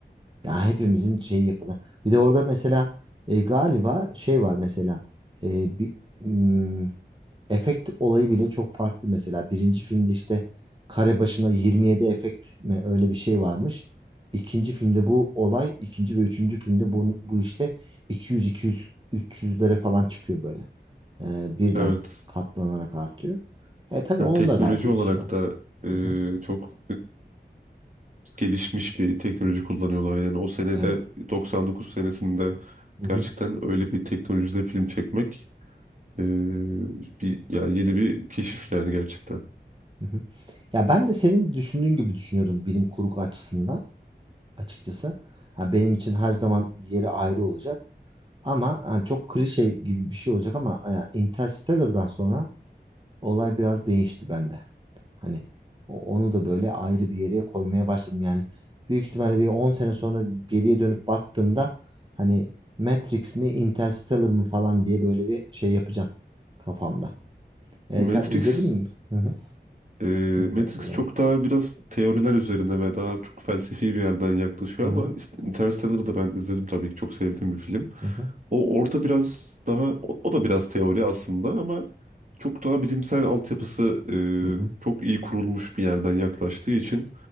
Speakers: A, on the right; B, on the right.
A: Ya hepimizin şeyi yapılan. Bir de orada mesela e, galiba şey var mesela e, bir mm, efekt olayı bile çok farklı mesela. Birinci filmde işte kare başına 27 efekt mi öyle bir şey varmış. İkinci filmde bu olay, ikinci ve üçüncü filmde bu, bu işte 200 200 300'lere falan çıkıyor böyle. E, birden
B: Evet.
A: katlanarak artıyor. E tabii
B: Yani
A: onun
B: teknoloji
A: da verdiği
B: olarak
A: bir şey var.
B: da
A: Hı hı.
B: e, çok gelişmiş bir teknoloji kullanıyorlar. Yani o senede
A: Evet.
B: 99 senesinde
A: Hı hı.
B: gerçekten öyle bir teknolojide film çekmek e, bir yani yeni bir keşif yani gerçekten.
A: Hı hı. Ya ben de senin düşündüğün gibi düşünüyordum bilim kurgu açısından açıkçası. Ha benim için her zaman yeri ayrı olacak. Ama hani çok klişe gibi bir şey olacak ama yani Interstellar'dan sonra olay biraz değişti bende. Hani o- onu da böyle ayrı bir yere koymaya başladım. Yani büyük ihtimalle bir 10 sene sonra geriye dönüp baktığımda hani Matrix mi Interstellar mı falan diye böyle bir şey yapacağım kafamda. E,
B: Matrix
A: sen izledin mi? Hı hı.
B: e,
A: Interstellar'ı.
B: Matrix çok daha biraz teoriler üzerine ve daha çok felsefi bir yerden yaklaşıyor
A: Hı
B: ama
A: hı.
B: işte Interstellar'ı da ben izledim tabii ki çok sevdiğim bir film.
A: Hı hı.
B: O orada biraz daha o, o da biraz teori aslında ama çok daha bilimsel altyapısı
A: Hı hı.
B: e, çok iyi kurulmuş bir yerden yaklaştığı için